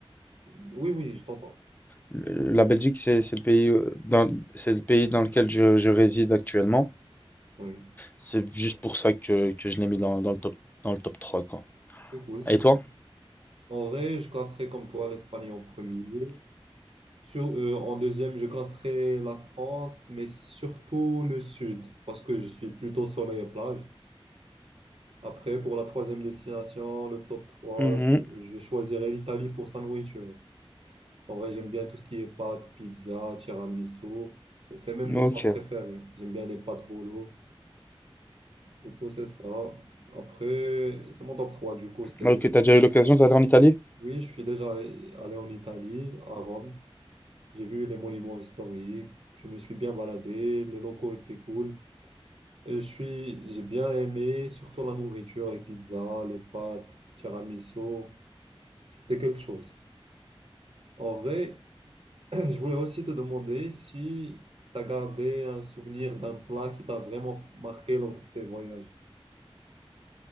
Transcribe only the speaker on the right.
Oui, oui, je t'entends.
Oui,
c'est cool, c'est
cool. En vrai, je classerais comme toi l'Espagne en premier. Sur, euh, en deuxième, je classerais la France, mais surtout le sud, parce que je suis plutôt soleil et plage. Après, pour la troisième destination, le top trois
je, je choisirais l'Italie pour sa nourriture. En vrai, j'aime bien tout ce qui est pâtes, pizza, tiramisu. C'est même mes
plats préférés. J'aime bien les pâtes bolo. Du coup, c'est ça. Après, c'est mon top trois Du coup, c'est...
Oui, je suis déjà allé en Italie, à Rome. J'ai vu les monuments historiques. Je me suis bien baladé. Les locaux étaient cool. Et je suis... J'ai bien aimé, surtout la nourriture, les pizzas, les pâtes, tiramisu. C'était quelque chose. En vrai, <clears throat> je voulais aussi te demander si tu as gardé un souvenir d'un plat qui t'a vraiment f- marqué lors de tes voyages,